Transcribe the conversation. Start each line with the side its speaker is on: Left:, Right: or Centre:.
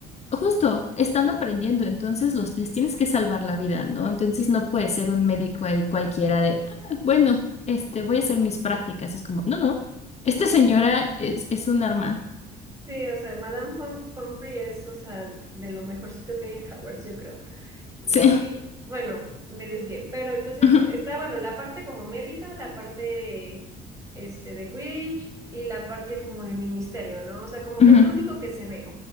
Left: justo, están aprendiendo, entonces los, les tienes que salvar la vida, ¿no? Entonces no puede ser un médico ahí cualquiera de, "Ah, bueno, este, voy a hacer mis prácticas, es como, no, no, esta
Right: <laughs> ¿no?
Left: señora es, es un arma,
Right: Sí, o sea, Madame Pom Pomfrey es, o sea, de lo mejorcito que hay en Hogwarts, yo creo. Y
Left: sí.
Right: bueno, me desvié. Pero entonces
Left: <laughs>
Right: está, bueno, la parte como médica, la parte este, de Quidditch y la parte como de ministerio, ¿no? O sea, como
Left: Ujú,
Right: que es lo único que se ve.